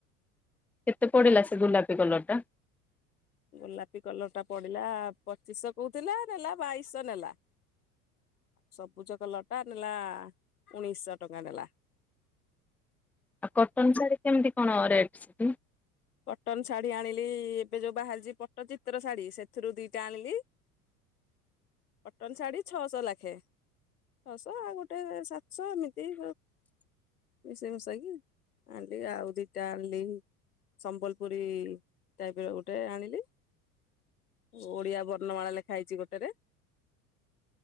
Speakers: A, in the centre; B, on the left.
A: କେତେ ପଡିଲା ସେ ଗୁଲାପୀ କଲର ଟା?
B: ଗୋଲାପୀ କଲର ଟା ପଡିଲା ପଚିଶ ଶହ କୋହୁଥିଲା ନେଲା ବାଇଶ ଶହ ନେଲା। ସବୁଜ କଲଟା ନେଲା ଉଣେଇଶ ଶହ ଟଙ୍କା ନେଲା।
A: ଆଉ କଟନ ଶାଢ଼ୀ କେମିତି କଣ ରେଟ୍ ସେଠି।
B: କଟନ ଶାଢୀ ଆଣିଲି, ଏବେ ଯୋଉ ବାହାରିଛି ପଟ୍ଟଚିତ୍ର ଶାଢୀ ସେଥିରୁ ଦିଟା ଆଣିଲି।
A: <inaudible>
B: କଟନ ଶାଢ଼ୀ ଛଅଶହ ଲାଖେ। ଛ ଶହ ଆଉ ଗୋଟେ ସାତଶହ ଏମିତି। ମିଶେଇ ମିଶାଇକି ଆଣିଲି ଆଉ ଦିଟା ଆଣିଲି। ସମ୍ବଲପୁରୀ ଟାଇପ ର ଗୋଟେ ଆଣିଲି। ଓଡିଆ ବର୍ଣ୍ଣମାଳା ଲେଖା ହେଇଛି ଗୋଟେରେ।